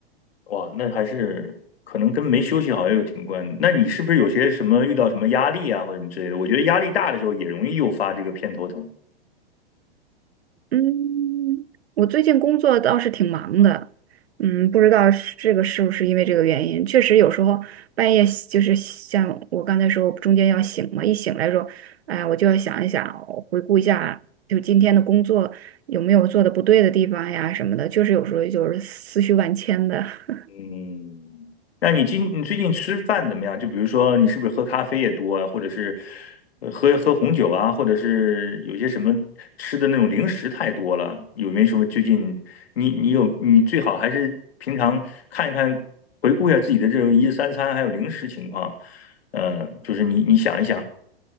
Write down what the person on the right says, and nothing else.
嗯，我最近工作倒是挺忙的，嗯，不知道是这个是不是因为这个原因，确实有时候半夜就是像我刚才说，中间要醒嘛，一醒来说，哎，我就要想一想，我回顾一下，就今天的工作有没有做的不对的地方呀什么的，就是有时候就是思绪万千的。<laughs>